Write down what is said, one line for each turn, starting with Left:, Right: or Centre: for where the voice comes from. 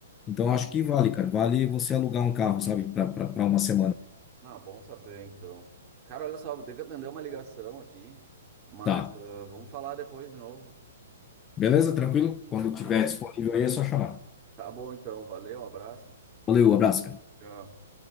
Left: Então
Right: Uhum.
Left: acho que vale, cara, vale você alugar um carro, sabe, para para uma semana.
Right: Não, bom saber então. Cara, olha só, vou ter que atender uma ligação aqui, mas
Left: Tá.
Right: ah, vamos falar depois de novo.
Left: Beleza? Tranquilo? Quando tiver
Right: Feito?
Left: disponível aí é só chamar.
Right: Tá bom então, valeu, um abraço.
Left: Valeu, abraço, cara.
Right: Tchau.